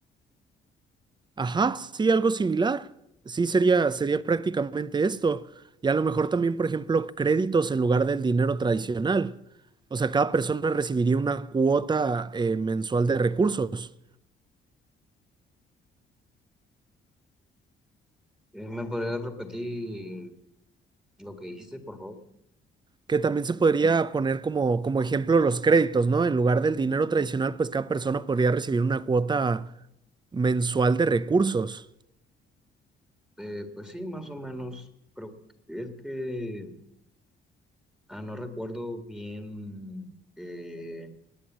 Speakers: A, on the right; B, in the centre.
A: Ajá, sí, algo similar. Sí, sería, sería prácticamente esto. Y a lo mejor también, por ejemplo, créditos en lugar del dinero tradicional. O sea, cada persona recibiría una cuota eh, mensual de recursos.
B: Eh, ¿Me podrías repetir lo que dijiste, por favor?
A: que también se podría poner como, como ejemplo los créditos, ¿no? En lugar del dinero tradicional, pues cada persona podría recibir una cuota mensual de recursos.
B: Eh, pues sí, más o menos, creo que es que, ah, no recuerdo bien eh,